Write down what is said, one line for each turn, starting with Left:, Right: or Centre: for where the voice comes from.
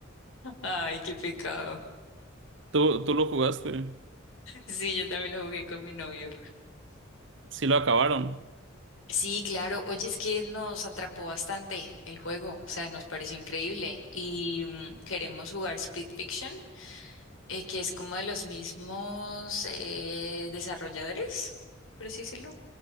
Left: <laughs> Ay, qué pecado.
Right: ¿Tú, tú lo jugaste?
Left: Sí, yo también lo jugué con mi novio.
Right: Sí lo acabaron.
Left: Sí, claro. Oye, es que nos atrapó bastante el juego, o sea, nos pareció increíble. Y mm, queremos jugar Split Fiction, eh, que es como de los mismos eh, desarrolladores, por así decirlo.